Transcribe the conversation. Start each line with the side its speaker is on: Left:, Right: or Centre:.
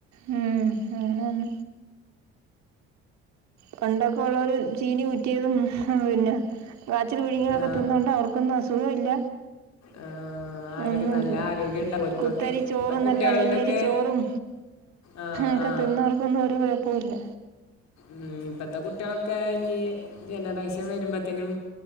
Right: ഉം <unintelligible> പണ്ടൊക്കെള്ളോര്ചീനി കുറ്റിയതും പിന്നെ കാച്ചിൽ പിഴുങ്ങിയതൊക്കെ
Left: ആ
Right: തിന്നോണ്ട് അവർക്കൊന്നും അസുഖോംല്ല.
Left: ആ ആരോഗ്യം
Right: ഒന്നൂല്ല
Left: നല്ല ആരോഗ്യം ഉണ്ടാവും ഓർക്കൊക്കെ
Right: കുത്തരി ചോറുംന്നല്ല
Left: ഇപ്പത്തെ കുട്ടികളുടെയൊക്കെ
Right: നെല്ലരി ചോറും
Left: ആ
Right: ഒക്കെ
Left: ആ
Right: തിന്നോർക്കൊന്നും ഒരു കുഴപ്പൊഇല്ല.
Left: ഉം ഇപ്പത്തെ കുട്ടികളൊക്കെ ഇനി ജനറേഷൻ വരുമ്പോ ത്തിനും